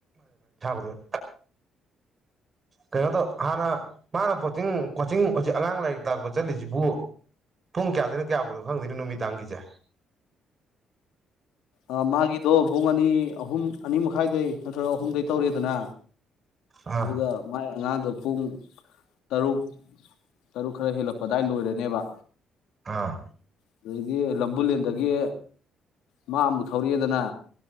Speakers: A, on the right; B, on the left.
A: ꯑ ꯀꯩꯅꯣ ꯇꯧ ꯍꯥꯟꯅ ꯃꯥꯅ ꯀꯣꯆꯤꯡ ꯀꯣꯆꯤꯡ ꯍꯧꯖꯤꯛ ꯑꯉꯥꯡ ꯂꯥꯏꯔꯤꯛ ꯇꯥꯛꯄ ꯆꯠꯂꯤꯁꯤꯕꯨ ꯄꯨꯡ ꯀꯌꯥꯗꯣꯏꯅꯣ ꯀꯌꯥꯕꯨꯅꯣ ꯈꯪꯗꯣꯏꯅꯣ ꯅꯨꯃꯤꯗꯥꯡꯒꯤꯁꯦ
B: ꯑ ꯃꯥꯒꯤꯗꯣ ꯄꯨꯡ ꯑꯅꯤ ꯑꯍꯨꯝ ꯑꯅꯤ ꯃꯈꯥꯏꯗꯩ ꯅꯠꯇ꯭ꯔꯒ ꯑꯍꯨꯝꯗꯩ ꯇꯧꯔꯦꯗꯅ
A: ꯑꯥ
B: ꯑꯗꯨꯒ ꯃꯥꯏ ꯑꯉꯥꯡꯗꯣ ꯄꯨꯡ ꯇꯔꯨꯛ ꯇꯔꯨꯛ ꯈꯔ ꯍꯦꯜꯂꯛꯄ ꯑꯗꯥꯏ ꯂꯣꯏꯔꯅꯦꯕ
A: ꯑꯥ
B: ꯑꯗꯨꯗꯒꯤ ꯂꯝꯕꯨꯜꯂꯦꯟꯗꯒ ꯃꯥ ꯑꯃꯨꯛ ꯊꯧꯔꯛꯑꯦꯗꯅ